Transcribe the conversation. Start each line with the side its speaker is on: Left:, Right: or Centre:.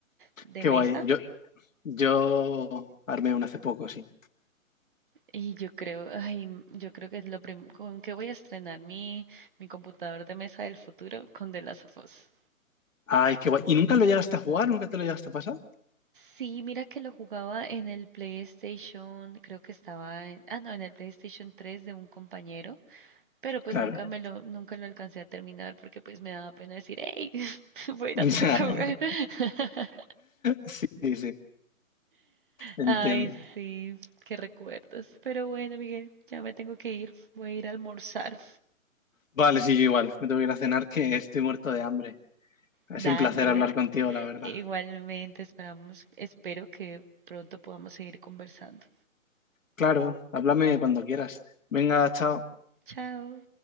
Right: de
Left: Qué
Right: mesa
Left: guay. Yo, yo armé uno hace poco, sí.
Right: y yo creo, ay, yo creo que es lo primero con que voy a estrenar mi, mi computador de mesa del futuro con The Last of Us.
Left: Ay, qué guay. ¿Y nunca lo llegaste a jugar? ¿Nunca te lo llegaste a pasar?
Right: Sí, mira que lo jugaba en el PlayStation, creo que estaba en, ah no, en el PlayStation 3 de un compañero, pero pues
Left: Claro.
Right: nunca me
Left: <laughs>
Right: lo, nunca lo alcancé a terminar porque pues me daba pena decir, hey, <laughs> voy a ir
Left: Ya,
Right: a tu casa a jugar. <laughs>
Left: sí, sí, sí. Entiendo.
Right: Ay, sí, qué recuerdos. Pero bueno, Miguel, ya me tengo que ir, voy a ir a almorzar.
Left: Vale, sí, yo igual. Me tengo que ir a cenar que estoy muerto de hambre. Ha
Right: Dale.
Left: sido un placer hablar contigo, la verdad.
Right: Igualmente, esperamos, espero que pronto podamos seguir conversando.
Left: Claro, háblame cuando quieras. Venga, chao.
Right: Chao.